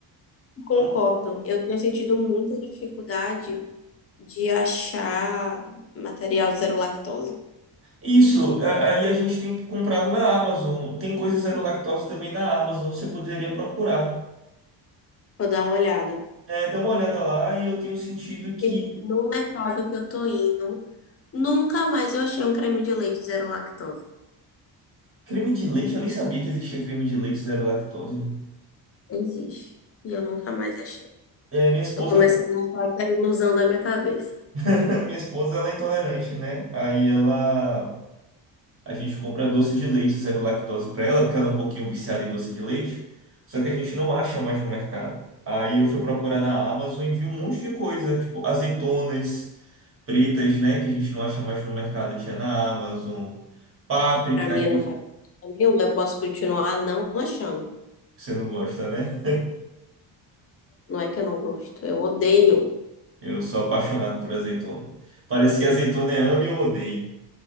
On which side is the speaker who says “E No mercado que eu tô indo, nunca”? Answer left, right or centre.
Left